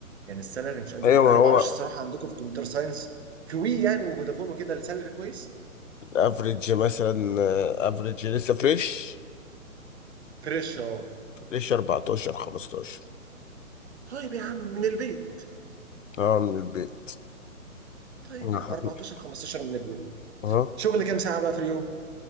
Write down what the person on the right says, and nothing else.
يعني السالري مش قد
كده
انا
ما اعرفش الصراحه عندكم في كمبيوتر ساينس كوي يعني وفودافون وكده السالري كويس
فريش اه
طيب يا عم من البيت
طيب
يا 14 15 من البيت
شغل كام ساعه بقى في اليوم